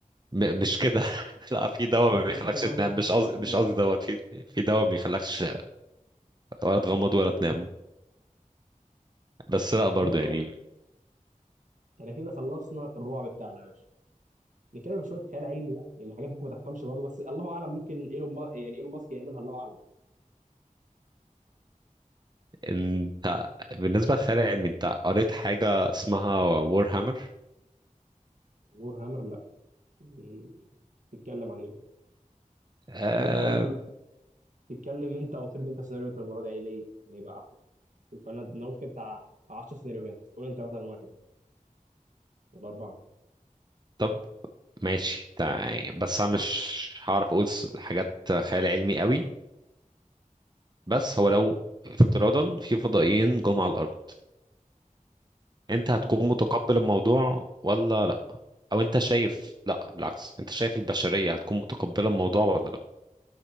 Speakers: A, on the right; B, on the right.
A: م- مش كده <laughs> لا في دواء
B: أنا
A: ما بيخلكش
B: أنا فاهم
A: تنام
B: قصدك
A: مش قصدي
B: ب...
A: مش قصدي دوت في في دواء ما بيخلكش ولا تغمض ولا تنام بس لا برضو
B: ربنا
A: يعني
B: يعني كده خلصنا الرعب بتاعنا يا باشا نتكلم شوية خيال علمي بقى يعني حاجات ممكن ما تفهمش برضه بس الله أعلم ممكن إيلون ما... يعني إيلون ماسك يعملها الله أعلم
A: انت بالنسبة للخيال العلمي انت قريت حاجة اسمها وور هامر
B: وور هامر لا مم. تتكلم عن إيه؟
A: آه
B: ممكن تتكلم انت او ترمي انت سيناريو انت المره دي يعني ليه؟ يعني يبقى احلى فانا انا قلت كده بتاع 10 سيناريوهات قول انت مثلا واحد ولا اربعه
A: طب ماشي تع- يعني بس انا مش هعرف اقول س- حاجات خيال علمي قوي بس هو لو افتراضا في فضائيين جم على الارض انت هتكون
B: امم
A: متقبل الموضوع ولا لا او انت شايف لا بالعكس انت شايف البشرية هتكون متقبلة الموضوع ولا لا